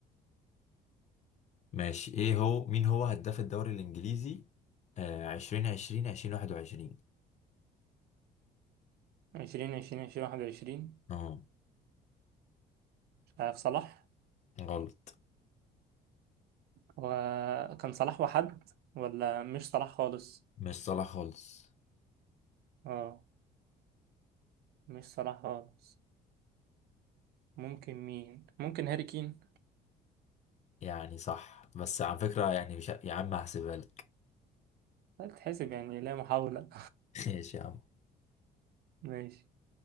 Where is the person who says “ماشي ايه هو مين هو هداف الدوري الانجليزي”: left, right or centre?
Left